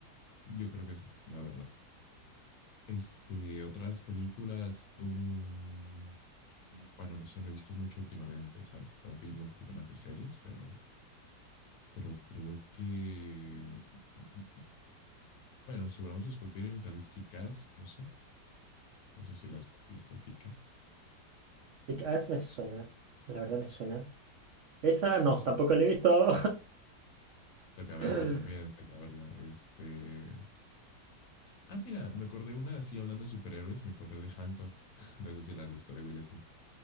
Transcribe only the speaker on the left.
Yo creo que sí, la verdad. Este, otras películas, um, mm, bueno, no sé, no he visto mucho últimamente, ¿sabes? Estaba pidiendo un poquito más de series, pero, pero creo que, mm, mm, bueno, si hablamos de Sculpting, tal vez Kit Kat, no sé, no sé si la has visto Kit Kat.
Ah,
sí,
toca verla
también, toca verla, este... Ah, mira, me acordé una así hablando de superhéroes, me acordé de Hancock. <laughs> No sé si la has visto, de Will Smith.